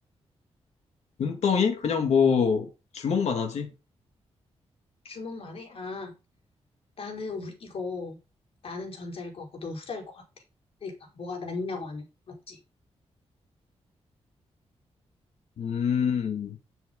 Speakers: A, on the left (about 75°); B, on the left (about 60°).
A: 눈덩이 그냥 뭐 주먹만 하지
B: 주먹만 해? 아, 나는 우리 이거, 나는 전자일 것 같고 넌 후자일 것 같아. 그러니까 뭐가 낫냐고 하면, 맞지?
A: 음